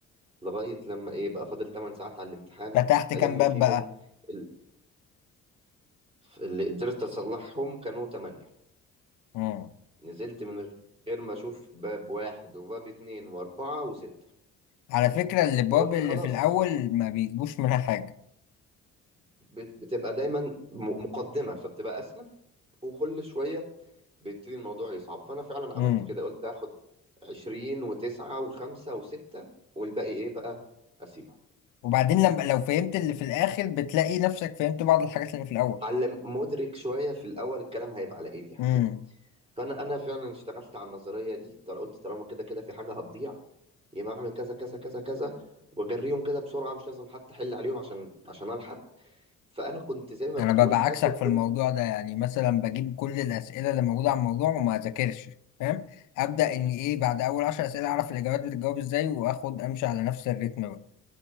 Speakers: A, on the right (about 20°); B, on the left (about 85°).
A: لغاية لما إيه بقى فاضل 8 ساعات على الامتحان
B: فتحت
A: ألم
B: كام باب
A: فيهم
B: بقى
A: ال- اللي قدرت أصلحهم كانوا 8
B: مم.
A: نزلت من غير ما أشوف باب واحد وباب اتنين وأربعة وستة
B: على فكره الابواب
A: فقلت
B: اللي
A: خلاص
B: في الاول ما بيجيبوش منها حاجه
A: بت- بتبقى دايما م- مقدمة فبتبقى أسهل وكل شوية بيبتدي الموضوع يصعب فأنا فعلا عملت
B: مم.
A: كده قلت هاخد عشرين وتسعة وخمسة وستة والباقي إيه بقى أسيبه
B: وبعدين لما لو فهمت اللي في الاخر بتلاقي نفسك فهمت بعض الحاجات اللي في الاول
A: فعلم مدرك شوية في الأول الكلام هيبقى على إيه دي حقيقة
B: امم
A: فأنا أنا فعلا اشتغلت على النظرية دي طل- قلت طالما كده كده في حاجة هتضيع يبقى اعمل كذا كذا كذا كذا واجريهم كده بسرعه مش لازم حتى احل عليهم عشان عشان الحق فانا كنت زي ما
B: انا
A: بتقول
B: ببقى
A: حاشر
B: عكسك
A: كل
B: في الموضوع ده يعني مثلا بجيب كل الاسئله اللي موجوده عن الموضوع وما اذاكرش فاهم ابدا
A: م-
B: ان ايه بعد اول عشر اسئله اعرف الاجابات بتتجاوب ازاي واخد امشي على نفس الريتم بقى